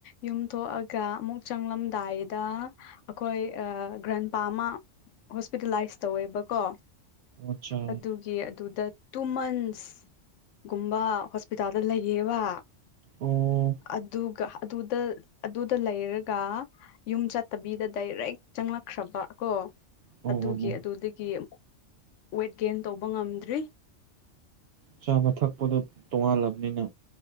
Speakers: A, on the left; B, on the right.
A: ꯌꯨꯝ ꯊꯣꯛꯑꯒ ꯑꯃꯨꯛ ꯆꯪꯂꯝꯗꯥꯏꯗ ꯑꯩꯈꯣꯏ ꯑ ꯒ꯭ꯔꯟꯄꯥꯥ ꯑꯃ ꯍꯣꯁꯄꯤꯇꯥꯦꯂꯥꯏꯁ ꯇꯧꯋꯦꯕꯀꯣ
B: ꯑꯠꯆꯥ
A: ꯑꯗꯨ ꯆꯦ ꯑꯗꯨꯗ ꯇꯨꯃꯟꯁ ꯒꯨꯝꯕ ꯍꯣꯁꯄꯤꯇꯥꯜꯗ ꯂꯩꯌꯦꯕ
B: ꯑꯣ
A: ꯑꯗꯨꯒ ꯑꯗꯨꯗ ꯑꯗꯨꯗ ꯂꯩꯔꯒ ꯌꯨꯝ ꯆꯠꯇꯕꯤꯗ ꯗꯥꯏꯔꯦꯛ ꯆꯪꯂꯛꯈ꯭ꯔꯕ ꯀꯣ
B: ꯑꯣ ꯑꯣ
A: ꯑꯗꯨꯒꯤ
B: ꯑꯣ
A: ꯑꯗꯨꯗꯒꯤ ꯑꯃꯨꯛ ꯋꯦꯠ ꯒꯦꯟ ꯇꯧꯕ ꯉꯝꯗ꯭ꯔꯤ
B: ꯆꯥꯕ ꯊꯛꯄꯗꯣ ꯇꯣꯉꯥꯜꯂꯕꯅꯤꯅ